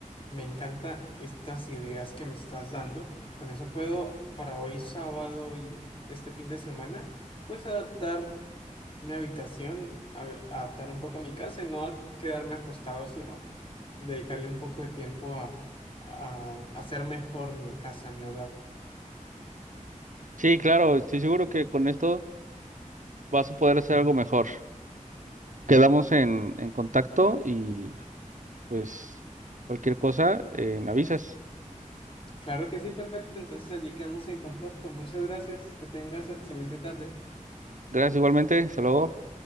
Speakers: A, on the left; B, on the right.
A: me encantan estas ideas que me estás dando. Con eso puedo, para hoy sábado y este fin de semana, pues adaptar mi habitación, a- adaptar un poco mi casa y no quedarme acostado, sino dedicarle un poco de tiempo a, a hacer mejor mi casa, mi hogar.
B: Sí, claro, estoy seguro que con esto vas a poder hacer algo mejor. Quedamos en, en contacto y pues cualquier cosa, eh, me avisas.
A: Claro que sí, perfecto. Entonces allí quedamos en contacto. Muchas gracias. Que tengas excelente tarde.
B: Gracias igualmente, hasta luego.